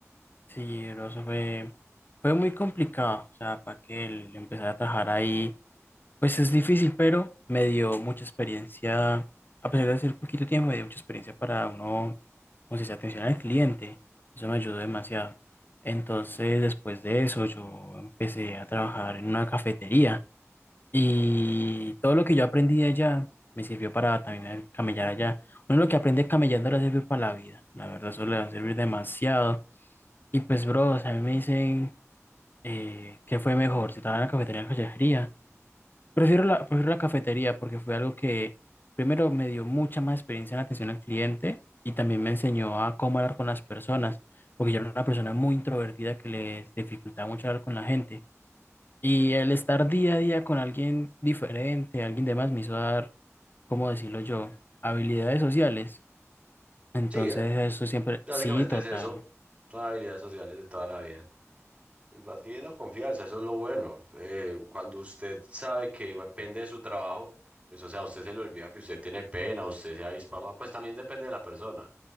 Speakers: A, on the left (about 40°); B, on the right (about 25°).
A: Sí, bro, eso fue, fue muy complicado, o sea, para que él empezara a trabajar ahí Pues es difícil, pero me dio mucha experiencia, a pesar de ser poquito tiempo, me dio mucha experiencia para uno, como se dice, atención al cliente. Eso me ayudó demasiado. Entonces, después de eso, yo empecé a trabajar en una cafetería y todo lo que yo aprendí allá me sirvió para también camellar allá. Uno lo que aprende camellando le sirve para la vida. La verdad, eso le va a servir demasiado. Y pues, bro, o sea, a mí me dicen eh, qué fue mejor, si trabajar en la cafetería o en la joyería. Prefiero la, prefiero la cafetería porque fue algo que primero me dio mucha más experiencia en atención al cliente y también me enseñó a cómo hablar con las personas, porque yo era una persona muy introvertida que les dificultaba mucho hablar con la gente. Y el estar día a día con alguien diferente, alguien demás, me hizo dar, ¿cómo decirlo yo? Habilidades sociales. Entonces,
B: Sí, ¿eh?
A: eso siempre,
B: Básicamente
A: sí, total.
B: es eso, son habilidades sociales de toda la vida. Pues vas adquiriendo confianza, eso es lo bueno. Eh, cuando usted sabe que depende de su trabajo, pues o sea, a usted se le olvida que usted tiene pena, usted sea avispama, pues también depende de la persona.